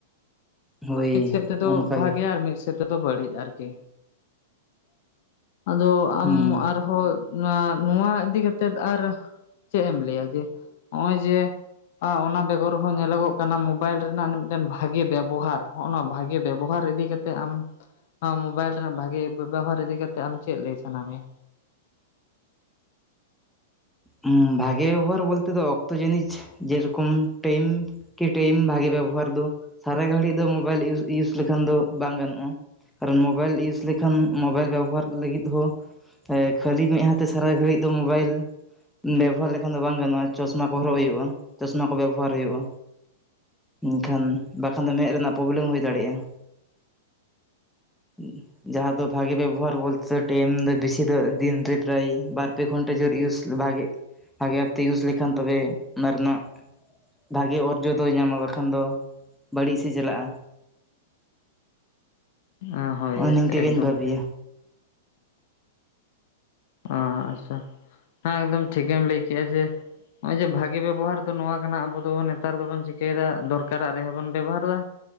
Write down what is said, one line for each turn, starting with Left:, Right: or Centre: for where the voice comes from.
Centre: ᱦᱳᱭ
Left: ᱢᱤᱫ ᱥᱮᱫ ᱛᱮᱫᱚ
Centre: ᱚᱱᱠᱟᱜᱮ
Left: ᱵᱷᱟᱜᱮᱭᱟ ᱟᱨ ᱢᱤᱫ ᱥᱮ ᱛᱮᱫᱚ ᱵᱟᱹᱲᱤᱡ ᱟᱨᱠᱤ <unintelligible> ᱟᱫᱚ
Centre: ᱦᱮᱸ
Left: ᱟᱢ ᱟᱨ ᱱᱚᱣᱟ ᱱᱚᱣᱟ ᱤᱫᱤ ᱠᱟᱛᱮᱫ ᱟᱨ ᱪᱮᱫ ᱮᱢ ᱞᱟᱹᱭᱟ ᱡᱮ ᱱᱚᱭ ᱡᱮ ᱟ ᱚᱱᱟ ᱵᱮᱜᱚᱨ ᱦᱚᱸ ᱧᱮᱞᱚᱜᱚᱜ ᱠᱟᱱᱟ ᱢᱳᱵᱟᱭᱤᱞ ᱨᱮᱱᱟᱜ ᱢᱤᱫᱴᱮᱱ ᱵᱷᱟᱸᱜᱮ ᱵᱮᱵᱚᱦᱟᱨ ᱦᱚᱸᱜᱱᱟ-ᱱᱚᱣᱟ ᱵᱷᱟᱸᱜᱮ ᱵᱮᱵᱚᱦᱟᱨ ᱤᱫᱤ ᱠᱟᱛᱮᱫ ᱟᱢ ᱟᱢ ᱢᱳᱵᱟᱭᱤᱞ ᱨᱮᱱᱟᱜ ᱵᱷᱟᱸᱜᱤ ᱵᱮᱵᱚᱦᱟᱨ ᱤᱫᱤ ᱠᱟᱛᱮᱫ ᱟᱢ ᱪᱮᱫ ᱞᱟᱹᱭ ᱥᱟᱱᱟ ᱢᱮᱭᱟ᱾
Centre: ᱦᱩ ᱵᱷᱟᱸᱜᱮ ᱵᱮᱵᱚᱦᱟᱨ ᱵᱳᱞ ᱛᱮᱫᱚ ᱚᱠᱛᱚ ᱡᱤᱱᱤᱥᱼᱼ ᱡᱮ ᱨᱚᱠᱚᱢ ᱴᱟᱭᱤᱢ ᱠᱤ ᱴᱟᱭᱤᱢ ᱵᱷᱟᱸᱜᱮ ᱵᱮᱵᱚᱦᱟᱨ ᱫᱚ᱾ ᱥᱟᱨᱟ ᱜᱷᱟᱹᱲᱤᱡ ᱫᱚ ᱢᱳᱵᱟᱭᱤᱞ ᱤᱭᱩᱥ ᱤᱭᱩᱥ ᱞᱮᱠᱷᱟᱱ ᱫᱚ ᱵᱟᱝ ᱜᱟᱱᱚᱜᱼᱟ᱾ ᱠᱟᱨᱚᱱ ᱢᱳᱵᱟᱭᱤᱞ ᱤᱭᱩᱥ ᱞᱮᱠᱷᱟᱱ ᱢᱳᱵᱟᱭᱤᱞ ᱵᱮᱵᱚᱦᱟᱨ ᱞᱟᱹᱜᱤᱫ ᱦᱚᱸᱼᱼ ᱠᱷᱟᱹᱞᱤ ᱢᱮᱫ ᱦᱟᱛᱮ ᱥᱟᱨᱟ ᱜᱷᱟᱹᱲᱤᱡ ᱫᱚ ᱢᱳᱵᱟᱭᱤᱞᱼᱼ ᱵᱮᱵᱚᱦᱟᱨ ᱞᱮᱠᱷᱟᱱ ᱫᱚ ᱵᱟᱝ ᱜᱟᱱᱚᱜᱼᱟ ᱪᱚᱥᱢᱟ ᱠᱚ ᱦᱚᱨᱚᱜ ᱦᱩᱭᱩᱜᱼᱟ ᱪᱚᱥᱢᱟ ᱠᱚ ᱵᱮᱵᱚᱦᱟᱨ ᱦᱩᱭᱩᱜᱼᱟ᱾ ᱢᱮᱱᱠᱷᱟᱱ ᱵᱟ ᱠᱷᱟᱱ ᱫᱟ ᱢᱮᱫ ᱨᱮᱱᱟᱜ ᱯᱨᱚᱵᱮᱞᱮᱢ ᱦᱩᱭ ᱫᱟᱲᱮᱭᱟᱜᱼᱟ᱾ <inaudible> ᱡᱟᱦᱟᱸ ᱫᱚ ᱵᱷᱟᱜᱤ ᱵᱮᱵᱚᱦᱟᱨ ᱵᱚᱞᱛᱮ ᱴᱟᱭᱤᱢ ᱫᱚ ᱵᱮᱥᱤ ᱫᱚ ᱫᱤᱱᱛᱮ ᱯᱨᱟᱭ ᱵᱟᱨ ᱯᱮ ᱜᱷᱚᱱᱴᱟ ᱡᱳᱨ ᱤᱭᱩᱡᱽᱼᱼ ᱵᱷᱟᱜᱮ ᱵᱷᱟᱜᱮ ᱵᱷᱟᱯᱛᱮ ᱤᱭᱩᱡᱽ ᱞᱮᱠᱷᱟᱱ ᱛᱚᱵᱮ ᱚᱱᱟ ᱨᱮᱱᱟᱜᱼᱼ ᱵᱷᱟᱜᱮ ᱚᱨᱡᱚ ᱫᱚᱭ ᱧᱟᱢᱟ ᱵᱟᱠᱷᱟᱱ ᱫᱚ ᱵᱟᱹᱲᱤᱡ ᱥᱮᱫ ᱪᱟᱞᱟᱜᱼᱟ᱾
Left: ᱚ ᱦᱳᱭ
Centre: ᱱᱚᱜᱼᱚᱭ ᱱᱤᱝᱠᱟᱹ
Left: ᱮᱠᱫᱚᱢ
Centre: ᱜᱤᱧ ᱵᱷᱟᱹᱵᱤᱭᱟ
Left: ᱚ ᱟᱪᱪᱷᱟ ᱦᱮᱸ ᱮᱠᱫᱚᱢ ᱴᱷᱤᱠᱮᱢ ᱞᱟᱹᱭ ᱠᱮᱫᱼᱟ ᱡᱮᱼᱼ ᱱᱚᱜᱼᱚᱭ ᱡᱮ ᱵᱷᱟᱜᱮ ᱵᱮᱵᱚᱦᱟᱨ ᱫᱚ ᱱᱚᱣᱟ ᱠᱟᱱᱟ ᱟᱵᱚ ᱫᱚ ᱱᱮᱛᱟᱨ ᱫᱚᱵᱚᱱ ᱪᱤᱠᱟᱹᱭᱮᱫᱟ ᱫᱚᱨᱠᱟᱨᱟᱜ ᱨᱮᱦᱚᱸ ᱵᱚᱱ ᱵᱮᱵᱚᱦᱟᱨ ᱮᱫᱟ,